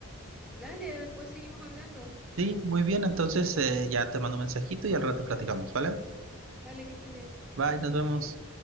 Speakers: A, in the centre; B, on the right.
A: Dale, después seguimos hablando.
B: Sí, muy bien. Entonces, eh, ya te mando un mensajito y al rato platicamos, ¿vale?
A: Dale, que estés bien.
B: Bye, nos vemos.